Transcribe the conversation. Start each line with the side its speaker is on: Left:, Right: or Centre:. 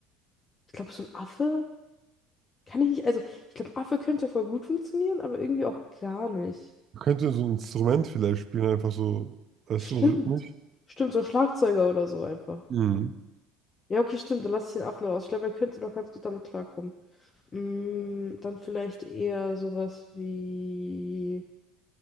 Left: ich glaube, so ein Affe kann ich nicht, also ich glaube, ein Affe könnte voll gut funktionieren, aber irgendwie auch gar nicht.
Right: Man könnte so ein Instrument vielleicht spielen, einfach so, weißt
Left: Stimmt.
Right: du, rhythmisch.
Left: Stimmt, so ein Schlagzeuger oder so einfach.
Right: Mhm.
Left: Ja, okay, stimmt, dann lasse ich den Affen raus. Ich glaube, er könnte noch ganz gut damit klarkommen. Mm, dann vielleicht eher sowas wie.